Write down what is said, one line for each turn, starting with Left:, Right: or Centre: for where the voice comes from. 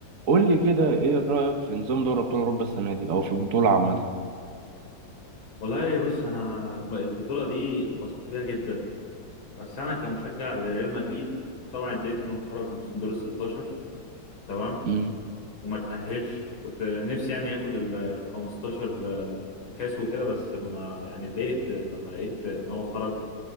Right: قول لي كده ايه رأيك في نظام دوري ابطال اوروبا السنة دي او في البطولة عامة
Left: والله بص انا الم- البطوله دي اتبسطت بيها جدا بس انا كمشجع لريال مدريد طبعا اتضايقت انه خرج من دور ال 16 تمام
Right: مم.
Left: وما تاهلش كنت نفسي يعني ياخد ال ال 15 آه، كاس وكده بس ما يعني اتضايقت لما لقيت ان هو خرج